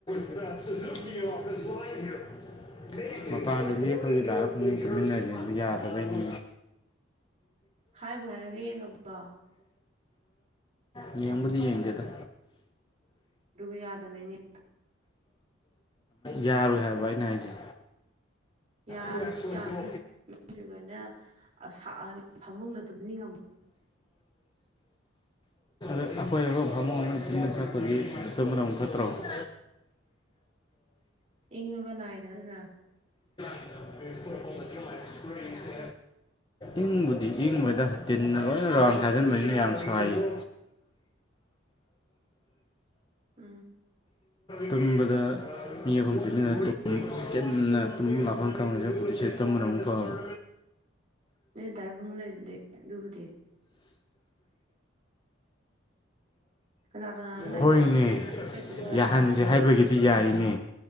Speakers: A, on the left; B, on the right.
A: <inaudible>
B: ꯐꯃꯨꯡꯗ ꯇꯨꯃꯤꯟꯅꯧꯋꯣ
A: ꯃꯄꯥꯟꯗꯗꯤ ꯑꯩꯈꯣꯏꯒꯤ ꯂꯥꯏꯕ ꯈꯨꯃꯡ ꯇꯨꯃꯤꯟꯅꯁꯕ ꯌꯥꯗꯕꯩꯅꯤ
B: ꯍꯥꯏꯕꯨ ꯍꯥꯏꯔꯒ ꯌꯦꯡꯉꯕꯣ
A: ꯏ ꯌꯦꯦꯝꯕꯗꯤ ꯌꯦꯡꯒꯦꯗ
B: ꯑꯗꯨꯒ ꯌꯥꯗꯕꯩꯅꯦ
A: ꯌꯥꯔꯣꯏ ꯍꯥꯏꯕ
B: ꯎꯝ
A: ꯑꯩꯅ ꯍꯥꯏꯖꯩ
B: ꯌꯥꯗꯤ
A: ꯭ꯔꯦ ꯐ
B: ꯌꯥꯅꯤ
A: ꯑꯗ
B: ꯁꯤꯁꯨ ꯂꯣꯏꯅ ꯑꯁꯥ ꯐꯃꯨꯡꯗ ꯇꯨꯝꯅꯤꯡꯉꯝ
A: ꯑꯩꯈꯣꯏ ꯑꯈꯣꯏ ꯐꯃꯨꯡ ꯑꯃ ꯇꯤꯟꯅ ꯆꯛꯄꯗꯤ ꯇꯕꯅ ꯑꯃ ꯈꯠꯇ꯭ꯔꯕ <inaudible>
B: ꯏꯉꯅꯥꯏꯅꯔꯅ
A: ꯜ ꯃ ꯍꯥꯏ ꯁ꯭ꯀꯨꯜꯁꯦ ꯏꯪꯕꯨꯗꯤ ꯏꯪꯕꯗ ꯇꯤꯟꯅ ꯂꯣꯏꯅ ꯔꯥꯎꯟ ꯊꯥꯖꯤꯟꯕꯅꯤꯅ ꯌꯥꯝ ꯁꯥꯏ <inaudible>
B: ꯑ
A: ꯇꯨꯝꯕꯗ ꯃꯤ ꯑꯐꯝ ꯆꯠꯅꯤꯅ ꯆꯦꯠꯟꯅ ꯇꯨꯃꯤꯟ ꯃꯥꯐꯝ ꯈꯪꯕ ꯆꯦꯄꯗꯤꯁꯦ ꯇꯝꯕꯅ ꯑꯃꯨꯛ ꯐꯪꯉꯕ
B: ꯅꯣꯏ ꯗꯥꯏ ꯐꯃꯨꯡ ꯂꯩꯗꯨꯗꯤ ꯑꯗꯨꯕꯨꯗꯤ ꯀꯅꯥ ꯀꯅꯥꯅꯣ ꯂꯩꯕꯣ
A: <inaudible> ꯗ ꯍꯅꯦ
B: ꯂꯩꯗꯣꯏꯁꯤ ꯀꯅꯥ
A: ꯌꯥꯍꯟ
B: ꯀꯅꯥꯅꯣ
A: ꯍꯥꯏꯕꯒꯤꯗꯤ ꯌꯥꯔꯤꯅꯦ